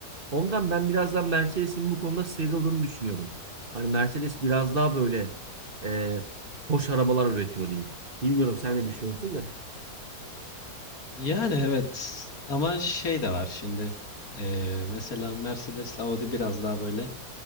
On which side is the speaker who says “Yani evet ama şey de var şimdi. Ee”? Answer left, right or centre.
Left